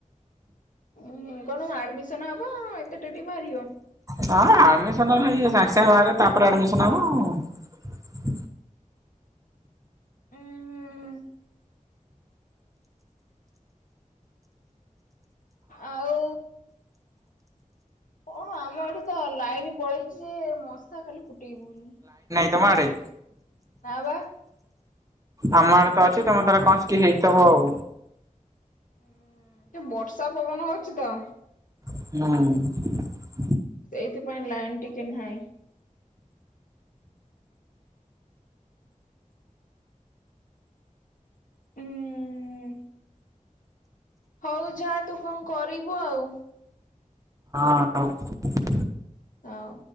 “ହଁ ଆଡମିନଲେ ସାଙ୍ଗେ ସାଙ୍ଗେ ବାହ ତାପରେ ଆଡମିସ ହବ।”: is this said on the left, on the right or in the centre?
Right